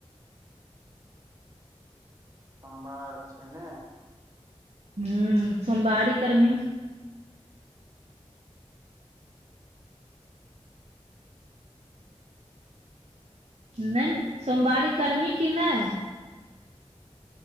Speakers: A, on the right; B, on the right.
A: सोमवार छै ने।
B: हू सोमवारी कर भी नहि सोमवारी कर्मी कि नहि।